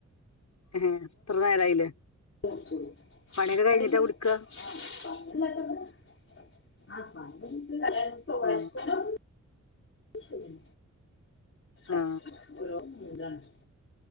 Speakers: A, on the left (about 65°); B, on the left (about 45°).
A: ഏഹേ ഇത്ര നേരായില്ലേ?
B: <inaudible>
A: പണിയൊക്കെ കഴിഞ്ഞിട്ടാ കുടിക്കുക
B: <unintelligible>
A: ആ
B: തിന്നും
A: ആ
B: ഉം ഓരോ മൂഡാണ്